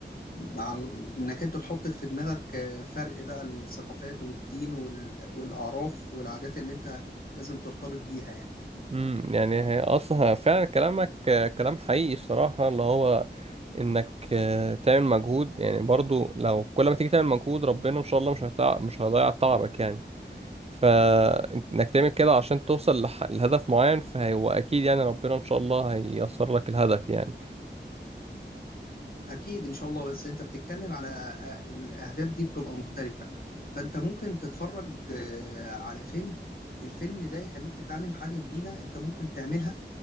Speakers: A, on the left; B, on the right.
A: مع ال- انك انت تحط في دماغك آه، فرق بقى الثقافات والدين وال- والأعراف والعادات اللي انت لازم ترتبط بيها يعني
B: امم يعني هي اصلا فعلا كلامك آه، كلام حقيقي الصراحة اللي هو انك آه، تعمل مجهود يعني برضو لو كل ما تيجي تعمل مجهود ربنا ان شاء الله مش هتع... مش هيضيع تعبك يعني فانك تعمل كده عشان توصل لح... لهدف معين فهو اكيد يعني ربنا ان شاء الله هييسر لك الهدف يعني
A: أكيد إن شاء الله بس أنت بتتكلم على آه، الأهداف دي بتبقى مختلفة فأنت ممكن تتفرج آه، على فيلم الفيلم ده يخليك تتعلم حاجة جديدة أنت ممكن تعملها